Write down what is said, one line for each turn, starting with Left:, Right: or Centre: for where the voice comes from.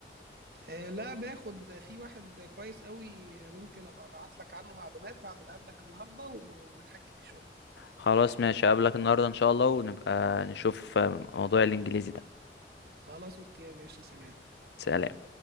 Right: آه، لا باخد في واحد كويس قوي ممكن ابقى ابعت لك عنه معلومات بعد ما اقابلك النهارده و... ونتحكي فيه شويه
Left: خلاص ماشي اقابلك النهارده ان شاء الله ونبقى نشوف آه، موضوع الانجليزي ده
Right: خلاص اوكي يا باشا سلام
Left: سلام